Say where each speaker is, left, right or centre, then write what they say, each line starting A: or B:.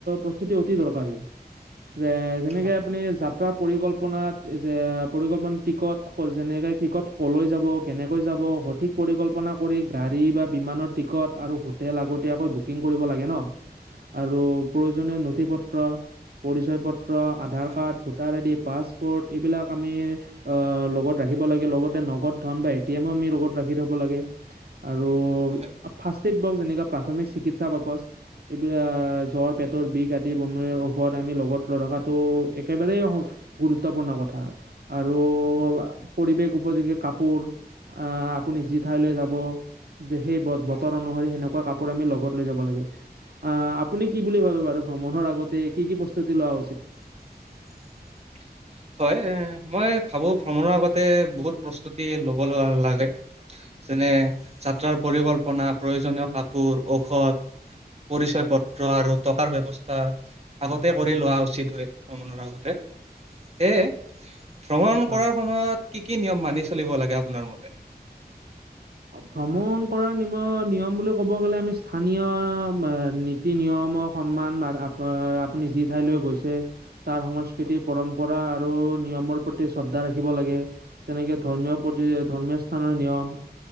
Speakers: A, on the right (about 70°); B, on the right (about 40°).
A: প্ৰস্তুতি অতি দৰকাৰী।
B: <unintelligible>
A: যে যেনেকে
B: হয়,
A: আপুনি, যা <unintelligible> পৰিকল্পনাত যে পৰিকল্পনা টিকট যেনেকে টিকট ক'লৈ যাব, কেনেকৈ যাব সঠিক পৰিকল্পনা কৰি গাড়ী বা বিমানৰ টিকট আৰু হোটেল আগতীয়াকৈ বুকিং কৰিব লাগে নহ। আৰু প্ৰয়োজনীয় নথি পত্ৰ, পৰিচয় পত্ৰ ত্ৰ, আধাৰ
B: হয়,
A: কাৰ্ড, ভোটাৰ আইডি, পাছপৰ্ট এইবিলাক আমি অ লগত ৰাখিব লাগে। লগ নগদ ধন বা এটিএমো আমি লগত ৰাখি থব লাগে। আৰু
B: হয়,
A: ফাৰ্ষ্ট এইড বক্স, যেনেকা প্ৰাথমিক চিকিৎসা বাকচ, এইবিলাক জ্বৰ, পেটৰ বিষ আদি বমিৰ ঔষধ আমি লগত ৰখাটো একেবাৰেই গুৰুত্বপূৰ্ণ কথা আৰু পৰিৱেশ উপযোগী কাপোৰ। আ আপুনি যি ঠাইলৈ যাব, সেই বতৰ
B: অ'।
A: অনুসৰি সেনেকুৱা কাপো- আমি লগত লৈ যাব লাগে। আহ, আপুনি কি বুলি ভাবে বাৰু? ভ্ৰমণৰ আগতে কি কি প্ৰস্তুতি লোৱা উচিত?
B: <unintelligible> হয়, এ মই ভাবো ভ্ৰমণৰ আগতে বহুত প্ৰস্তুতি ল'ব লাগে। যেনে যাত্ৰাৰ পৰিকল্পনা, প্ৰয়োজনীয় কাপোৰ, ঔষধ পৰিচয় পত্ৰ আৰু টকাৰ ব্যৱস্থা আগতে কৰি লোৱা উচিত হয়। ভ্ৰমণৰ আগতেই, সেয়ে ভ্ৰমণ
A: হয়
B: কৰাৰ সময়ত কি কি নিয়ম মানি চলিব লাগে? আপোনাৰ মতে।
A: ভ্ৰমণ কৰাৰ নিম, নিয়ম বুলি ক'ব গ'লে আমি স্থানীয় নীতি-নিয়মৰ সন্মান বা আপুনি যি ঠাইলৈ গৈছে তাৰ সংস্কৃতি পৰম্পৰা আৰু নিয়মৰ প্ৰতি শ্ৰদ্ধা ৰাখিব লাগে, যেনেকে ধৰ্মীয় প্ৰতি, ধৰ্মীয় স্থানৰ নিয়ম।